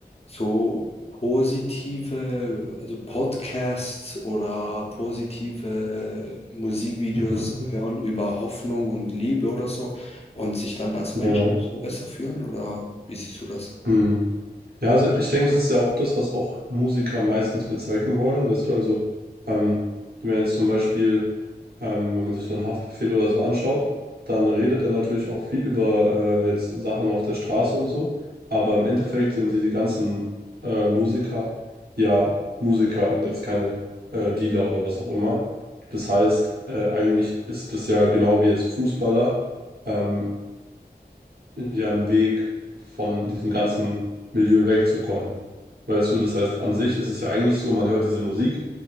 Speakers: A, on the left; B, on the right.
A: so positive, also Podcasts oder positive Musikvideos
B: Mhm. Mhm.
A: hören über Hoffnung und Liebe oder so und sich dann als
B: Ja.
A: Mensch so besser fühlen? Oder wie siehst du das?
B: Hm. Ja, also ich denke, das ist ja auch das, was auch Musiker meistens bezwecken wollen, weißt du, also ähm, wenn jetzt zum Beispiel, ähm, wenn man sich so einen Haftbefehl oder so anschaut, dann redet er natürlich auch viel über äh, jetzt Sachen auf der Straße und so, aber im Endeffekt sind diese ganzen äh, Musiker ja Musiker und jetzt keine äh, Dealer oder was auch immer. Das heißt, äh, eigentlich ist das ja genau wie jetzt Fußballer. Ähm, ja einen Weg, von diesem ganzen Milieu wegzukommen. Weißt du, das heißt, an sich ist es ja eigentlich so, man hört diese Musik